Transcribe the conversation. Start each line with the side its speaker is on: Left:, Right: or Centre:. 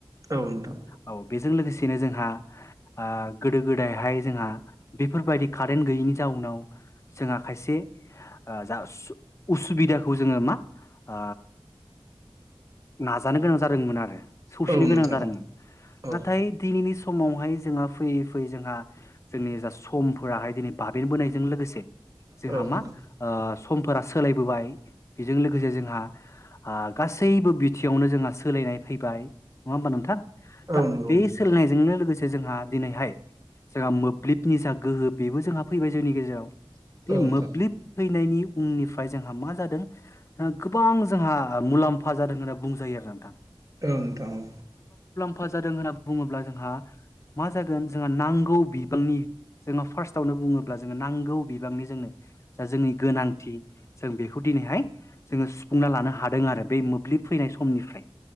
Right: नोंथां
Left: औ बेजों लोगोसे बिदिनो जोंहा ओ गोदो गोदायहाय जोंहा बेफोरबायदि कारेन्ट गैयैनि जाउनाव जोंहा खायसे ओ जासु उसुबिदाखौ जोङो मा ओ नाजानो गोनां जादोंमोन आरो ससिनो
Right: औ नोंथां
Left: गोनां जादोंमोन
Right: औ नोंथां औ औ नोंथां औ
Left: नाथाय दिनैनि स समावहाय जोंहा फैयै फैयै जोंहा जोंनि जा समफोराहाय दिनै बाबेन बोनाय जों लोगोसे जोंहा
Right: नोंथां
Left: मा ओ समफोरा सोलायबोबाय बेजों लोगोसे जोंहा ओ गासैबो बिथिङावनो जोंहा सोलायनाय फैबाय नङा होमबा नोंथां? दा
Right: औ नंगौ
Left: बे सोलायनायजोंनो लोगोसे जे जोंहा दिनैहाय जोंहा मोब्लिबनि जा गोहो बेबो जोंहा फैबाय जोंनि गेजेराव।
Right: नोंथां
Left: बे मोब्लिब
Right: औ
Left: फैनायनि उननिफ फ्राय जोंहा मा जादों गोबां जोंहा मुलाम्फा जादों होनना बुंजायो आरो नोंथां।
Right: औ नोथां औ।
Left: फा जादों होनना बुङोब्ला जोंहा मा जागोन जोंहा नांगौ बिबांनि जोंहा फार्स्टआवनो बुङोब्ला जोंङो नांगौ बिबांनि जोंनो जा जोंनि गोनांथि जों बेखौ दिनैहाय जोङो सुफुंना लानो हादों आरो बे मोब बोब्लिब फैनाय समनिफ्राय